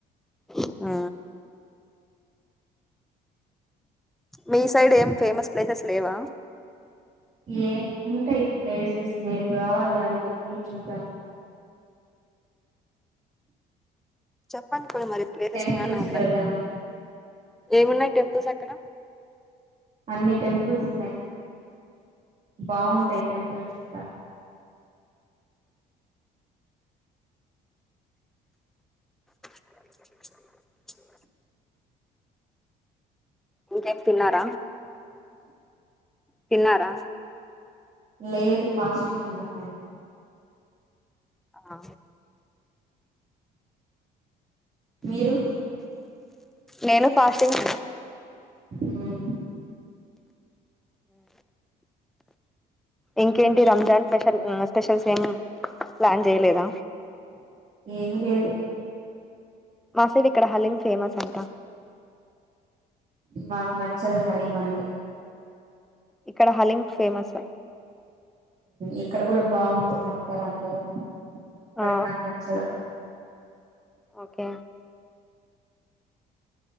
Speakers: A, in the centre; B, on the right (about 45°).
A: హా మీ సైడ్ ఏం ఫేమస్ ప్లేసెస్ లేవా
B: ఏ ఉంటయి ప్లేసెస్ మీరు రావల్గాని మొత్తం చూద్దాం
A: చెప్పండిప్పుడు మరి ప్లేసెస్
B: టెంపుల్స్
A: ఏమైనా ఉన్నాయ్
B: కి వెళ్దాం
A: ఏమున్నాయ్ టెంపుల్స్ ఎక్కడ
B: అన్ని టెంపుల్స్ ఉన్నాయి బావుంటాయి
A: ఆ
B: టెంపుల్స్ ఇక్కడ
A: <inaudible> ఇంకేం తిన్నారా తిన్నారా
B: లేదు ఫాస్ట్ ఇంగో నా ఫోన్
A: ఆ
B: మీరు
A: నేను ఫాస్టింగ్
B: ఆ
A: ఇంకేంటి రంజాన్ స్పెషల్ స్పెషల్స్ ఏం ప్లాన్ చేయలేదా
B: ఏమి లేదు
A: వాసవి ఇక్కడ హలీమ్ ఫేమస్ అంట
B: నాకు మచ్చదు హలీమంతే
A: ఇక్కడ హలిం ఫేమస్
B: ఇక్కడ కూడా బాగుంటది అంటారు అందరూ
A: ఆ
B: బట్ నక్ మచద
A: ఓకే